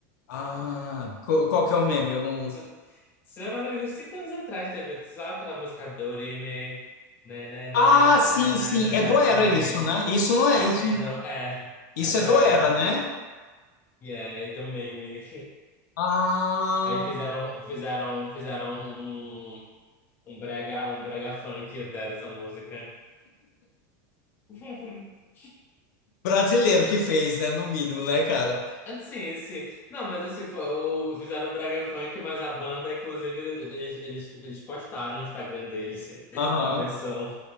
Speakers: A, on the left; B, on the left.
A: ah, qual, qual que é o meme? Eu não...
B: Tu- Sei lá, uns cinco anos atrás teve, tu sabe aquela música Dorime, na na na
A: Ah,
B: na na
A: sim,
B: na na
A: sim,
B: na,
A: é
B: la
A: do Era
B: tire,
A: isso, né? Isso não é,
B: ame
A: isso,
B: não é,
A: isso
B: é do
A: é do
B: Era,
A: Era, né?
B: e e é, e tem um meme.
A: Ah,
B: <laughs> Aí fizeram, fizeram, fizeram um, um brega, um brega funk até dessa música. <laughs>
A: brasileiro que fez, né, no mínimo, né, cara?
B: Assim, sim. Não, mas assim, foi, o- fizeram o brega funk, mas a banda, inclusive, eles, eles, eles postaram no Instagram deles
A: Aham.
B: <laughs> a versão